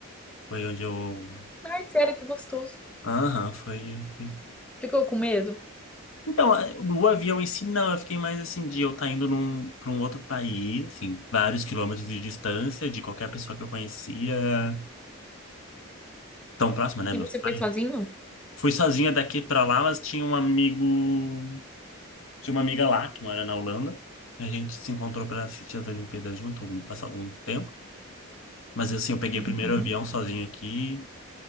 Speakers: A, on the left; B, in the centre.
A: foi onde eu...
B: Ai, sério, que gostoso.
A: Aham, foi, foi
B: Ficou com medo?
A: Então, eh, o avião em si, não. Eu fiquei mais assim de eu estar indo num, para um outro país, assim, vários quilômetros de distância de qualquer pessoa que eu conhecia, tão próxima, né,
B: E
A: meus
B: você
A: pais.
B: foi sozinho?
A: Fui sozinha daqui para lá, mas tinha um amigo, tinha uma amiga lá que mora na Holanda. E a gente se encontrou para assistir as Olimpíadas junto, algum- passar algum tempo. Mas assim, eu peguei
B: Uhum.
A: o primeiro avião sozinho aqui,